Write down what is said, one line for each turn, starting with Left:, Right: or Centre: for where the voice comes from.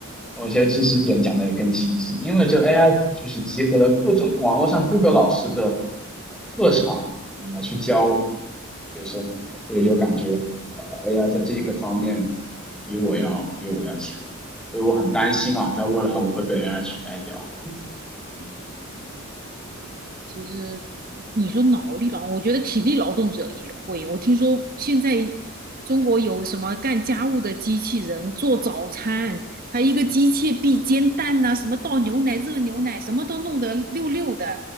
Centre: 某些知识点讲的也更清晰，因为这 AI 就是集合了各种网络上各个老师的特长来去教
Right: 嗯
Centre: 学生，所以就感觉呃
Right: 嗯
Centre: AI 在这一个方面比我要比我要强，所以我很担心啊，在未来我会被 AI 取代掉。
Right: 嗯。其实你说脑力劳动，我觉得体力劳动者也会。我听说现在中国有什么干家务的机器人做早餐，它一个机械臂煎蛋呐、什么倒牛奶、热牛奶，什么都弄得溜溜的，